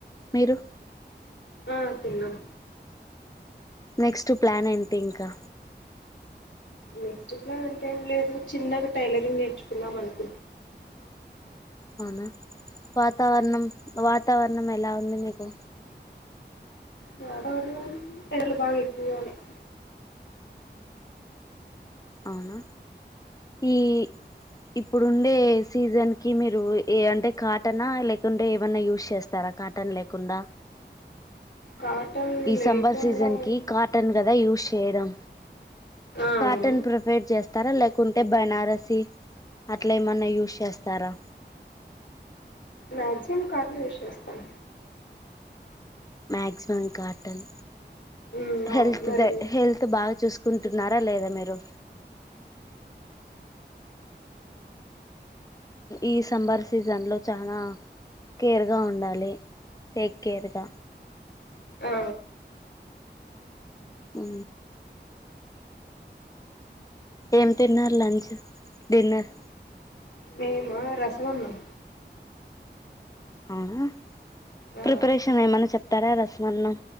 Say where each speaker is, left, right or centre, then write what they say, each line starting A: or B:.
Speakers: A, on the left; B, on the left.
A: మీరు
B: ఆ తిన్నాం
A: నెక్స్ట్ ప్లాన్ ఏంటి ఇంకా
B: నెక్స్ట్ ప్లాన్ అంటూ ఏం లేదు చిన్నగా టైలరింగ్ నేర్చుకుందాం అనుకుంటున్న
A: అవునా వాతావరణం వాతావరణం ఎలా ఉంది మీకు
B: వాతావరణం ఎండలు బాగా ఎక్కువగా ఉన్నాయి
A: అవునా ఈ ఇప్పుడు ఉండే సీజన్ కి మీరు ఏ అంటే కాటనా లేకుంటే ఏమన్నా యూస్ చేస్తారా కాటన్ లేకుండా
B: కాటన్
A: ఈ
B: లేకుండా
A: సమ్మర్ సీజన్
B: ఉంటే
A: కి కాటన్ కదా యూస్ ఎడం
B: ఆ ఆవును
A: కాటన్ ప్రిఫేర్ చేస్తారా లేకుంటే కుంటే బనారసీ అట్లా ఏమన్నా యూస్ చేస్తారా
B: మ్యాగ్సిమం కాటన్ యూస్ చేస్తాం
A: మాక్సిమం కాటన్
B: ఉమ్
A: హెల్త్
B: అవును మరియు
A: ద హెల్త్ బాగా చూస్ కుంటున్నారా లేదా మీరు ఈ సమ్మర్ సీజన్లో చాలా కేర్గా ఉండాలి టేక్ కేర్గా
B: ఆ
A: ఉ ఏం తిన్నారు లంచ్ డిన్నర్
B: మేమా రసం అన్నం
A: అవునా
B: ఆ
A: ప్రిపరేషన్ ఏమైన్నా చెప్తారా రసమన్నం